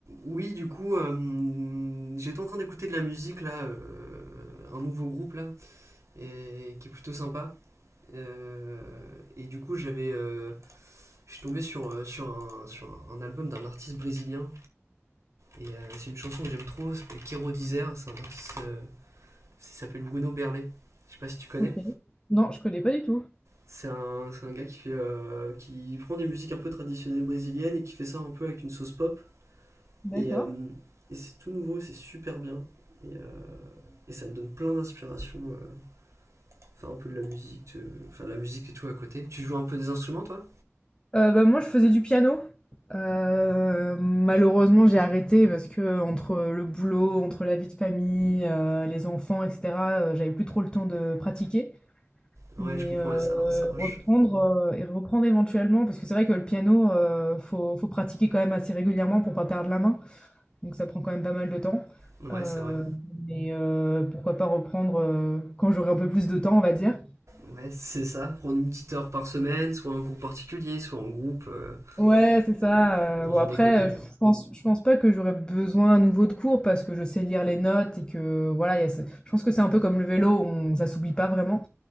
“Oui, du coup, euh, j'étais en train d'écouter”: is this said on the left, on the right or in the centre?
Right